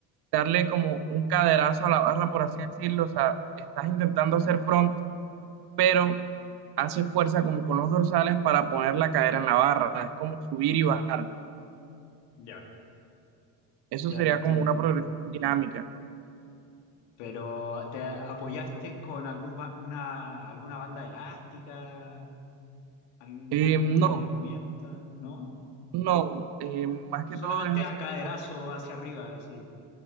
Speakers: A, on the right; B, on the left.
A: darle como un caderazo a la barra, por así decirlo, o sea, estás intentando hacer front, pero haces fuerza como con los dorsales para poner la cadera en la barra, es como subir y bajar,
B: Ya,
A: eso
B: ya
A: sería
B: te entiendo.
A: como una progresión dinámica.
B: Pero ¿te apoyaste con algún ba- una, alguna banda elástica, alguna
A: Eh, no.
B: herramienta? ¿No?
A: No, eh, más que todo
B: Solamente
A: es hacer
B: a caderazo
A: como,
B: hacia arriba, así,